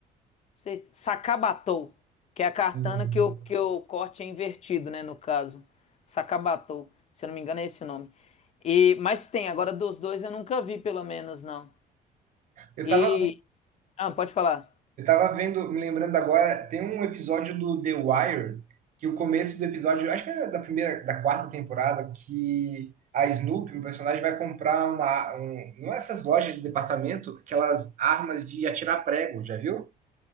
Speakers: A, on the left; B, on the right.
A: sei- sakabatou, que é a katana
B: Hum.
A: que o que o corte é invertido, né, no caso. Sakabatou, se eu não me engano é esse o nome. E mas tem, agora dos dois eu nunca vi, pelo menos não.
B: Eu tava
A: E ah, pode falar.
B: Eu tava vendo, me lembrando agora, tem um episódio do The Wire, que o começo do episódio, acho que é da primeira, da quarta temporada, que a Snoopy, um personagem, vai comprar uma, um, não é essas lojas de departamento, aquelas armas de atirar prego, já viu?